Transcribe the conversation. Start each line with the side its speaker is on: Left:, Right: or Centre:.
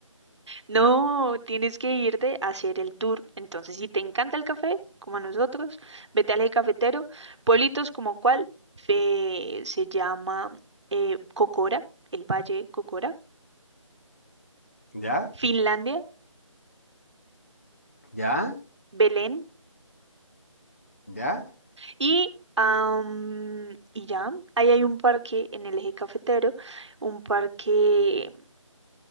Right: No, tienes que irte a hacer el tour. Entonces, si te encanta el café, como a nosotros, vete al eje cafetero. Pueblitos como cuál, Fe- se llama eh, Cocora, el Valle Cocora,
Left: ¿Ya?
Right: Finlandia,
Left: ¿Ya?
Right: Belén
Left: ¿Ya?
Right: y... am, y ya, ahí hay un parque en el eje cafetero, un parque